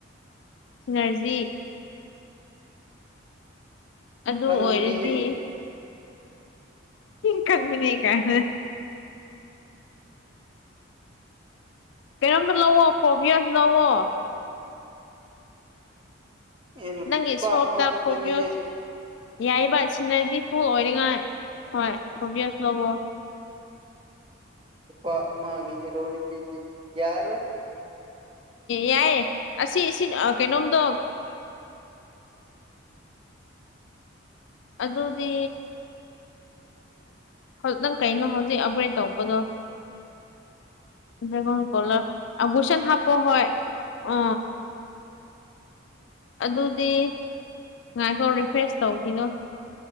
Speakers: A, on the left; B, on the right.
A: ꯁꯨꯅꯔꯖꯤ ꯑꯗꯨ
B: ꯀꯟꯅꯤ
A: ꯑꯣꯏꯔꯗꯤ ꯏ ꯀꯃꯤꯅꯦ ꯀꯥꯏ ꯄꯦꯔꯝ ꯂꯋꯣ ꯐꯣꯚꯌꯥꯁ ꯂꯋꯣ
B: ꯑꯦ ꯂꯨꯄꯥ
A: ꯅꯪꯒꯤ ꯁꯣꯞꯇ
B: ꯑꯃ ꯈꯛꯇꯅꯤꯍꯦ
A: ꯐꯣꯕꯤꯌꯣ ꯌꯥꯏꯕ ꯁꯤꯅꯔꯖꯤ ꯍ ꯑꯣꯏꯅꯤꯡꯉꯥꯏ ꯍꯣꯏ ꯁꯣꯕꯤꯁꯨ ꯂꯧꯕꯣ
B: ꯄꯄꯥ ꯑꯝꯃꯥꯒꯤ ꯍꯔꯣꯅꯤꯁꯤꯗꯤ ꯌꯥꯔ
A: ꯌꯥꯏꯌꯦ ꯑꯁꯤ ꯁꯤ ꯀꯩꯅꯣꯝꯗꯣ ꯑꯗꯨꯗꯤ ꯅꯪ ꯀꯩꯅꯣ ꯍꯧꯖꯤꯛ ꯑꯞꯒ꯭ꯔꯦꯗ ꯇꯧꯕꯗꯣ ꯒ ꯀꯣꯂ ꯑ ꯨꯁꯦꯟ ꯍꯄ ꯍ ꯑ ꯑꯗꯨꯗꯤ ꯉꯥꯏꯈꯧ ꯔꯤꯐ꯭ꯔꯦꯁ ꯇꯧꯈꯤꯅꯣ